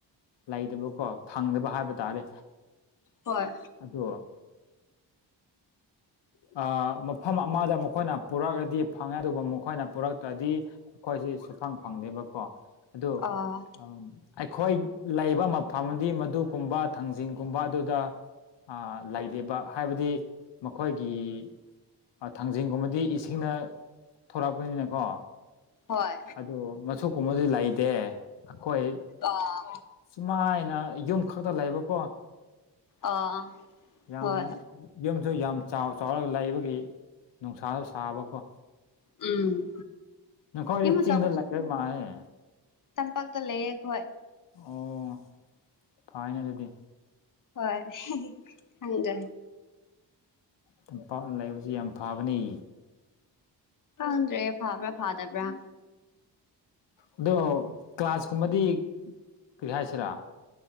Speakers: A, on the left (about 75°); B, on the left (about 45°).
A: ꯂꯩꯇꯕꯀꯣ ꯐꯪꯗꯕ ꯍꯥꯏꯕ ꯇꯥꯔꯦ꯫
B: ꯍꯣꯏ
A: ꯑꯗꯣ ꯑ ꯃꯐꯝ ꯑꯃꯗ ꯃꯈꯣꯏꯅ ꯄꯨꯔꯛꯑꯗꯤ ꯐꯪꯉꯦ ꯑꯗꯨꯕꯨ ꯃꯈꯣꯏꯅ ꯄꯨꯔꯛ ꯇꯗꯤ ꯑꯩꯈꯣꯏꯁꯦ ꯁꯨꯐꯪ ꯐꯪꯗꯦꯕꯀꯣ ꯑꯗꯨ
B: ꯑꯥ
A: ꯑꯝ ꯑꯩꯈꯣꯏ ꯂꯩꯕ ꯃ ꯐꯝꯃꯗꯤ ꯃꯗꯨꯀꯨꯝꯕ ꯊꯥꯡꯖꯤꯡꯒꯨꯝꯕ ꯑꯗꯨꯗꯥ ꯑ ꯂꯩꯔꯤꯕ ꯍꯥꯏꯕꯗꯤ ꯃꯈꯣꯏ ꯝ ꯊꯥꯡꯖꯤꯡꯒꯨꯝꯕꯗꯤ ꯏꯁꯤꯡꯅ ꯊꯣꯔꯛꯄꯅꯤꯅꯀꯣ
B: ꯍꯣꯏ
A: ꯑꯗꯨ ꯃꯆꯨ ꯀꯨꯝꯕꯁꯨ ꯂꯩꯇꯦ꯫ ꯑꯈꯣꯏ
B: ꯑꯥ
A: ꯁꯨꯃꯥꯏꯅ ꯌꯨꯝ ꯈꯛꯇ ꯂꯩꯕꯀꯣ꯫
B: ꯑꯥ
A: ꯌꯥꯝ
B: ꯍꯣꯏ
A: ꯌꯨꯝꯁꯨ ꯌꯥꯝ ꯆꯥꯎ ꯆꯥꯎꯔꯒ ꯂꯩꯕꯒꯤ ꯅꯨꯡꯁꯥꯗ ꯁꯥꯕꯀꯣ꯫
B: ꯎꯝ꯫
A: ꯅꯪꯈꯣꯏꯗꯤ
B: ꯌꯨꯝ ꯑꯆꯧꯕ
A: ꯆꯤꯡꯗ ꯂꯩꯕ ꯃꯥꯜꯂꯦꯅꯦ꯫
B: ꯇꯝꯄꯥꯛꯇ ꯂꯩꯌꯦꯈꯣꯏ꯫
A: ꯑꯣ ꯐꯥꯏꯅꯦ ꯑꯗꯨꯗꯤ꯫
B: ꯍꯣꯏ ꯈꯪꯗ꯭ꯔꯦ꯫
A: ꯇꯝꯄꯥꯛꯅ ꯂꯩꯕꯁꯤ ꯌꯥꯝ ꯐꯕꯅꯤ꯫
B: <unintelligible> ꯐꯥꯕ꯭ꯔꯥ ꯐꯗꯕ꯭ꯔꯥ
A: ꯑꯗꯣ ꯀ꯭ꯂꯥꯁꯀꯨꯝꯕꯗꯤ ꯀꯔꯤ ꯍꯥꯏꯁꯤꯔꯥ